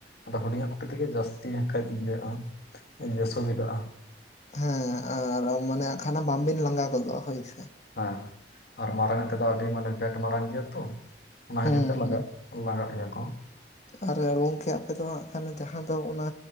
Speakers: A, on the left (about 60°); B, on the left (about 40°).
A: ᱟᱫᱚ ᱦᱩᱰᱤᱧᱟᱜ ᱠᱩᱰᱤ ᱛᱮᱜᱮ ᱡᱟᱹᱥᱛᱤ ᱠᱟᱹᱡ ᱤᱭᱟᱹᱜᱼᱟ ᱾ ᱤᱭᱟᱹ ᱥᱩᱵᱤᱫᱟᱜᱼᱟ ᱾
B: ᱦᱮᱸ ᱟᱨ ᱟᱢᱟᱱᱮ ᱟᱠᱷᱟᱱᱟ ᱵᱟᱢᱵᱤᱱ ᱞᱟᱸᱜᱟ ᱜᱚᱫᱚᱜᱼᱟ ᱦᱳᱭ ᱥᱮ ᱾
A: ᱦᱮᱸ ᱟᱨ ᱢᱟᱨᱟᱝ ᱛᱮᱫᱚ ᱟᱹᱰᱤ ᱢᱟᱱᱮ ᱵᱮᱴ ᱢᱟᱨᱟᱝ ᱜᱮᱭᱟ ᱛᱚ ᱚᱱᱟ
B: ᱦᱩᱸ
A: ᱦᱚᱛᱤᱨ ᱛᱮ ᱞᱟᱜᱟᱜ
B: ᱦᱩᱸ
A: ᱞᱟᱜᱟᱜ ᱵᱷᱮᱭᱟ ᱠᱚ
B: ᱟᱨ ᱜᱚᱝᱠᱮ ᱟᱯᱮ ᱫᱚ ᱦᱟᱸᱜ ᱠᱷᱟᱱ ᱡᱟᱦᱟᱸ ᱫᱚ ᱚᱱᱟ